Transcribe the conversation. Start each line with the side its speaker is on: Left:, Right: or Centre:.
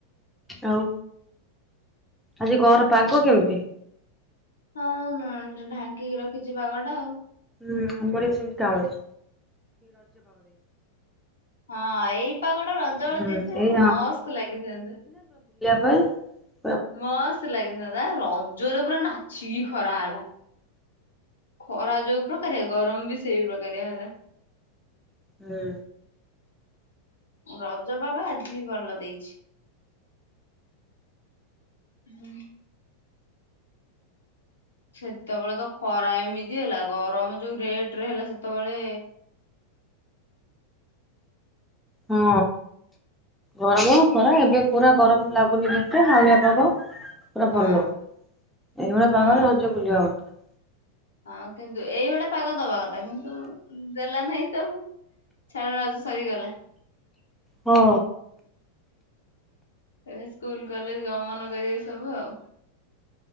Centre: ଆଉ ଆଜି ଘର ପାଗ କେମିତି
Left: ହଁ ଢାଙ୍କିକି ରଖିଛି ପାଗ ଟା ଆଉ
Centre: ହୁଁ ବଢଆ ଚିନ୍ତା ଭଳିଆ
Left: ହଁ ଏଇ ପାଗ ଟା ରଜ ବଳ
Centre: ହୁଁ
Left: ଦେଇଥିଲେ
Centre: ଏଇ
Left: ମସ୍ତ ଲାଗିଥାନ୍ତା।
Centre: ହାଇ
Left: ମସ୍ତ୍ ଲାଗିଆ ରଜରେ ପୁରା ନା ଛିି ଖରା ହେଲା। ଖରା ଯୋଉ ପ୍ରକାର ଗରମ ବି ସେଇ ପ୍ରକାର ହେଲା।
Centre: ହୁଁ।
Left: ରଜ ବାଗ ଆଜି ବି ଭଲ ଦେଇଛି ହଁ। ସେତେବେଳେ ତ ଖରା ଏମିତି ହେଲା ଗରମ ଯୋଉ ରେଟ ରେ ହେଲା ସେତେବେଳେ
Centre: ହଁ ଗରମ ଖରା ଏବେ ପୁରା ଗରମ ଲାଗୁନି ଏତେ ପାଉଳିଆ ପାଗ ପୁରା
Left: ହଁ
Centre: ଭଲ ଏଇଭଳିଆ
Left: ହଁ
Centre: ପାଗରେ ରଜ ବୁଲିବା କଥା
Left: ହଁ କିନ୍ତୁ ଏଇଭଳି ପାଗ ଦବା କଥା କିନ୍ତୁ ଦେଲ ନାହିଁ ତ ଛାଡ ସରିଗଲା
Centre: ହଁ।
Left: ଏବେ ସ୍କୁଲ କଲେଜ ଗମନଗର ସବୁ ଆଉ।